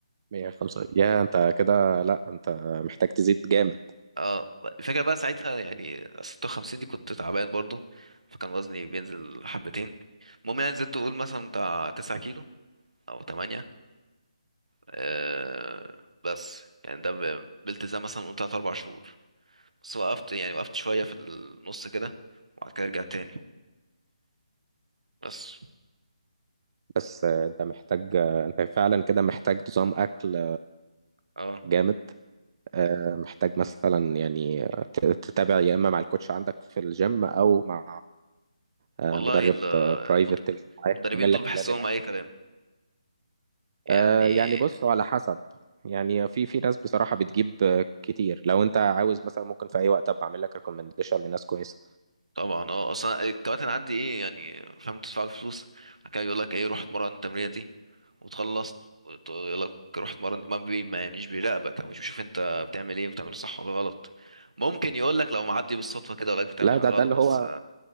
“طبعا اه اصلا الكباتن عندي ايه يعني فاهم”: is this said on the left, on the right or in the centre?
Right